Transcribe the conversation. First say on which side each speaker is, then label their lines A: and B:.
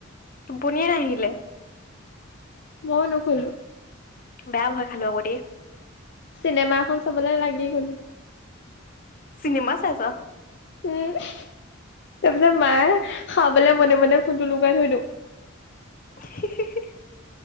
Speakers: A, on the left; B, on the left.
A: টোপনিয়ে নাহিলে।
B: ময়ো নুশুলো।
A: বেয়া ভয় খালো আক দেই।
B: চিনেমাখন চাবলৈ লাগি গলো
A: চিনেমা চাইছ?
B: উম, তাৰপিছত মায়ে খাবলে মনে মনে ফোনটো লুকাই থৈ দিওঁ।
A: <inaudible>